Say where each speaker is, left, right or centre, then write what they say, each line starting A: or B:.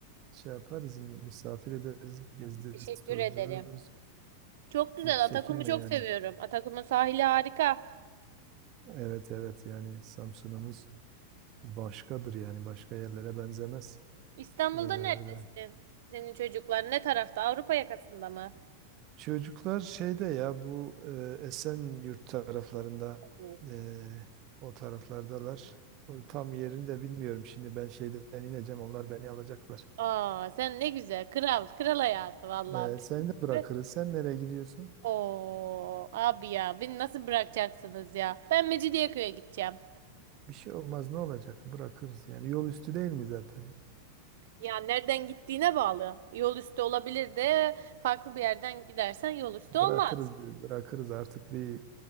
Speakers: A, on the right (about 40°); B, on the right (about 55°).
A: şey yaparız, misafir ederiz, gezdiririz,
B: Teşekkür
A: tozdururuz.
B: ederim. Çok güzel.
A: Hiç çekinme
B: Atakum'u çok
A: yani.
B: seviyorum. Atakum'un sahili harika.
A: Evet evet yani Samsun'umuz başkadır yani başka yerlere benzemez.
B: İstanbul'da
A: Ee, öyle.
B: neredesin? Senin çocuklar ne tarafta? Avrupa yakasında mı?
A: Çocuklar şeyde ya bu e, Esenyurt taraflarında
B: Tüh.
A: e, o taraflardalar. O tam yerini de bilmiyorum şimdi ben şeyden ineceğim onlar beni alacaklar.
B: Aa, sen ne güzel. Kral. Kral hayatı vallahi.
A: Ee, seni de bırakırız.
B: Ben-
A: Sen nereye gidiyorsun?
B: Oo, abi ya beni nasıl bırakacaksınız ya? Ben Mecidiyeköy'e gideceğim.
A: Bir şey olmaz ne olacak? Bırakırız yani yol üstü değil mi zaten?
B: Ya nereden gittiğine bağlı. Yol üstü olabilir de farklı bir yerden gidersen yol üstü
A: Bırakırız
B: olmaz.
A: bırakırız artık bir